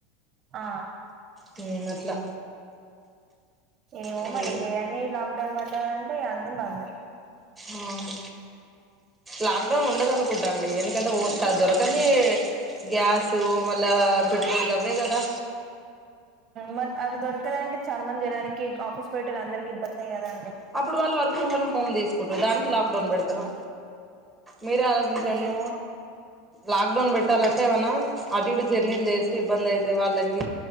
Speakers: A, on the right (about 35°); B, in the centre.
A: ఆ
B: మ్ అట్లా
A: ఏమో
B: మీరు
A: మరి
B: కూడా
A: ఇగ అన్నీ లాక్డౌన్ పడ్డద అంటే ఇ అన్నీ బందు
B: అవును లాక్డౌన్ ఉండద అనుకుంటా అండి ఎందుకంటే ఓ దొరకంని గ్యాసు మళ్ళా పెట్రోల్ దవ్వే కదా
A: మరి అవి దొరకదంటే చాలా మంది జనానికి ఆఫీస్ పోయేటోల్ల వాళ్ళందరికకి ఇబ్బంది అయ్యారుడి
B: అప్పుడు వాళ్ళు వర్క్ ఫర్ హోమ్ తీసుకుంటారు దానికి లాక్ డౌన్ పెడతారా మీరే ఆలోచించండి
A: ఏమో
B: లాక్డౌన్ పెట్టాలంటే ఏమనా అటు ఇటు జర్నీలు చేస్తే ఇబ్బంది అయితే వాళ్ళకి